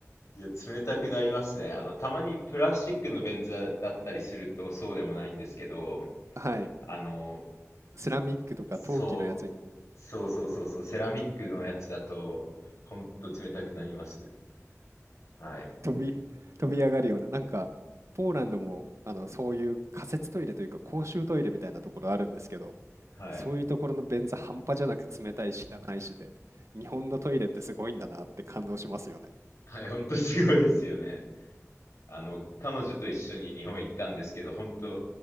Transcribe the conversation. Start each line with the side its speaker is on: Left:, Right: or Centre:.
Left: いや、冷たくなりますね。あの、たまにプラスチックの便座だったりするとそうでもないんですけど、
Right: はい。
Left: あの、
Right: セラミックとか陶器のやつに
Left: そう、そうそうそうそう、セラミックのやつだと、ほんと冷たくなります。はい。
Right: 飛び、<laughs> 飛び上がるような、なんか、ポーランドも、あの、そういう仮設トイレというか公衆トイレみたいなところあるんですけど、
Left: はい。
Right: そういうところの便座半端じゃなく冷たいし汚いしで、日本のトイレってすごいんだなって感動しますよね。
Left: はい、ほんとすごいですよね。あの、彼女と一緒に日本行ったんですけど、本当